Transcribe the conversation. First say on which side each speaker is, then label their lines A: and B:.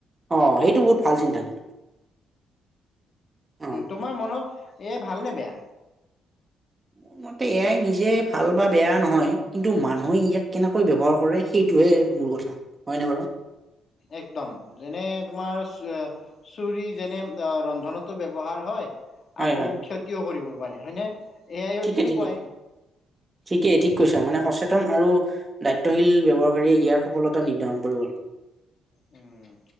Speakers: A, on the right; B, on the left.
A: অঁ, সেইটো বহুত ভাল চিন্তা কিন্তু। অ
B: তোমাৰ মনত এ আই ভালনে বেয়া?
A: <unintelligible> এ আই নিজে ভাল বা বেয়া নহয়, কিন্তু মানুহে ইয়াক কেনেকৈ ব্যৱহাৰ কৰে সেইটোহে মূল কথা। হয়নে বাৰু?
B: একদম। যেনে তোমাৰ- ছুৰী যেনে ৰন্ধনতো ব্যৱহাৰ হয়,
A: হয়
B: আকৌ
A: হয়
B: ক্ষতিও কৰিব পাৰে, হয়নে? এয়াইও
A: ঠিকেই-ঠিকেই-ঠিক
B: তেনেকুৱাই
A: ঠিকেই ঠিক কৈছা মানে সচেতন আৰু দায়িত্বশীল ব্যৱহাৰকাৰীয়ে ইয়াৰ সফলতা নিৰ্ধাৰণ কৰিব লাগিব।
B: উম।